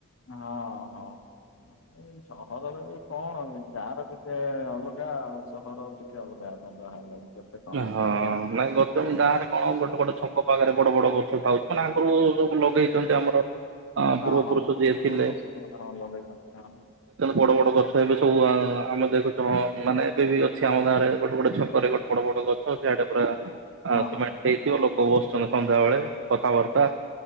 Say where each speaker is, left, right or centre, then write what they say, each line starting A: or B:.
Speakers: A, on the left (about 70°); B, on the right (about 60°).
A: ହଁ ହଁ ସହରରେ କଣ ଗାଁ ର ଟିକେ ଅଲଗା ଆଉ ସହର ଟିକେ ଅଲଗା ଯାହା ହେଲେ ବି କଣ ହେଲେ
B: ହଁ
A: ବି
B: ନାହିଁ ଗାଁରେ କଣ ଗୋଟେ ଗୋଟେ ଛକ ପାଖରେ ବଡ ବଡ ଗଛ ମାନେ ଆଗରୁ ସବୁ ଲଗେଇଛନ୍ତି ଆମର ଅ
A: ହଁ
B: ପୂର୍ବ
A: ହଁ।
B: ପୁରୁଷ ଯିଏ ଥିଲେ
A: ପୂର୍ବ ପୁରୁଷମାନେ ହଁ ଲଗେଇଛନ୍ତି ସେମାନେ
B: ବଡ ବଡ ଗଛ ଏବେ ସବୁ ଆମେ ଦେଖୁଛ ମାନେ ଏବେ ବି ଅଛି ଆମ ଗାଁ ରେ ଗୋଟେ ଗୋଟେ ଛକରେ ଗୋଟେ ବଡ ବଡ ଗଛ ସିଆଡେ ପୁରା ସିମେଣ୍ଟ
A: ହଁ ହଁ
B: ହେଇଥିବ ଲୋକ ବସିଛନ୍ତି ସନ୍ଧ୍ୟାବେଳେ କଥାବାର୍ତ୍ତା